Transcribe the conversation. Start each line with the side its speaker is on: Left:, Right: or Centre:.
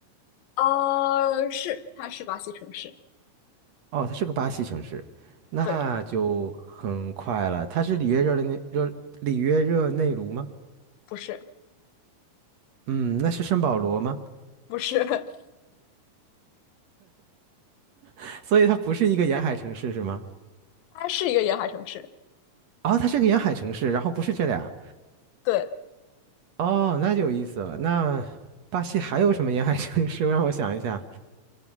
Left: 啊，是，它是巴西城市，
Right: 哦，它是个巴西城市，那就很快了。
Left: 对，
Right: 它是里约热内热里约热内卢吗？
Left: 不是，
Right: 嗯，那是圣保罗吗？
Left: 不是。<laughs>
Right: <laughs> 所以它不是一个沿海城市是吗？
Left: 它是一个沿海城市，
Right: 哦，它是个沿海城市，然后不是这俩。
Left: 对，
Right: 哦，那就有意思了。那巴西还有什么沿海城市？<laughs> 让我想一下。